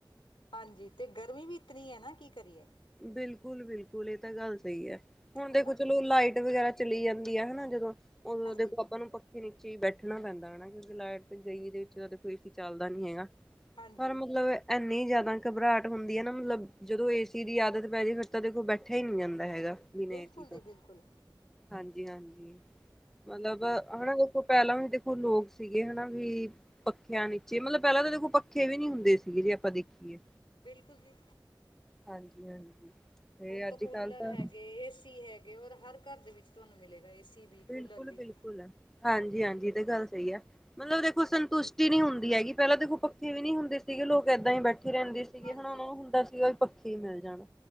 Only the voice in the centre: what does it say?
ਬਿਲਕੁਲ -ਬਿਲਕੁਲ ਇਹ ਤਾਂ ਗੱਲ ਸਹੀ ਹੈ ਹੁਣ
ਦੇਖੋ ਚਲੋ ਲਾਈਟ ਵਗੈਰਾ ਚਲੀ ਜਾਂਦੀ ਆ ਹਨਾ ਜਦੋਂ ਉਦੋਂ
ਦੇਖੋ ਆਪਾਂ ਨੂੰ ਨੀਚੇ ਹੀ ਬੈਠਣਾ ਪੈਂਦਾ ਹੈ ਨਾ ਕਿਉਂਕਿ ਲਾਈਟ ਗਈ ਦੇ ਵਿੱਚ ਤਾਂ ਕੋਈ ਚੱਲਦਾ ਨੀ ਹੈਗਾ
ਪਰ ਮਤਲਬ ਇੰਨੀ ਜਿਆਦਾ ਘਬਰਾਹਟ ਹੁੰਦੀ ਹੈ ਨਾ ਮਤਲਬ ਜਦੋਂ ਏਸ ਏਦੀ ਆਦਤ ਪੈ ਜੇ ਫਿਰ ਤਾਂ ਦੇਖੋ ਬੈਠਾ ਹੀ ਨਹੀਂ ਜਾਂਦਾ ਹੈਗਾ ਬਿਨਾਂ
ਏ ਸੀ
ਤੋ
ਹਾਂਜੀ -ਹਾਂਜੀ ਮਤਲਬ ਹਨਾ ਦੇਖੋ ਪਹਿਲਾਂ ਵੀ ਦੇਖੋ ਲੋਕ ਸੀਗੇ ਹਨਾ ਵੀ ਪੱਖਿਆਂ ਨੀਚੇ ਮਤਲਬ ਪਹਿਲਾਂ ਤਾਂ ਦੇਖਲੋ ਪੱਖੇ ਵੀ ਨੀ ਹੁੰਦੇ ਸੀਗੇ ਜੇ ਆਪਾਂ ਦੇਖੀਏ।
ਹਾਂਜੀ -ਹਾਂਜੀ ਤੇ
ਅੱਜ
ਕੱਲ੍ਹ ਤਾਂ
ਬਿਲਕੁਲ
-ਬਿਲਕੁਲ ਹਾਂਜੀ -ਹਾਂਜੀ ਏ ਤੇ ਗੱਲ ਸਹੀ ਐ। ਮਤਲਬ ਦੇਖੋ ਸੰਤੁਸ਼ਟੀ ਨੀ ਹੁੰਦੀ ਹੈਗੀ ਪਹਿਲਾਂ ਦੇਖੋ ਪੱਖੇ ਵੀ ਨਹੀਂ ਹੁੰਦੇ ਸੀਗੇ ਲੋਕ ਏਦਾਂ ਹੀ ਬੈਠੇ ਰਹਿੰਦੇ ਸ ਸੀਗੇ
ਹੁਣ ਓਹਨਾਂ ਹੁੰਦਾ ਸੀਗਾ ਈ ਪੱਖੇ ਹੀ ਮਿਲ ਜਾਣ